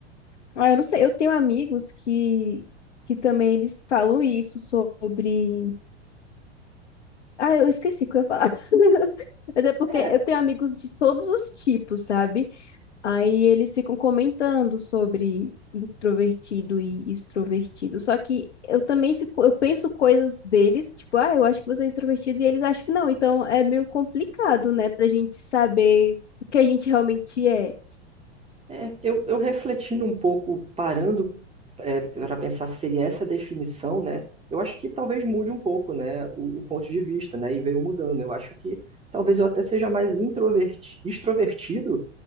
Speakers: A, on the left; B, on the right.
A: ah, eu não sei, eu tenho amigos que, que também eles falam isso sobre. Ah, eu esqueci o que eu ia falar. <laughs> Mas é porque
B: É,
A: eu tenho amigos de todos os tipos, sabe? Aí eles ficam comentando sobre introvertido e extrovertido. Só que eu também fico, eu penso coisas deles, tipo, ah, eu acho que você é extrovertido e eles acham que não. Então é meio complicado, né, pra gente saber o que a gente realmente é.
B: é, eu, eu refletindo um pouco, parando é, para pensar se seria essa a definição, né, eu acho que talvez mude um pouco, né, o, o ponto de vista, né, e veio mudando. Eu acho que talvez eu até seja mais introverti- extrovertido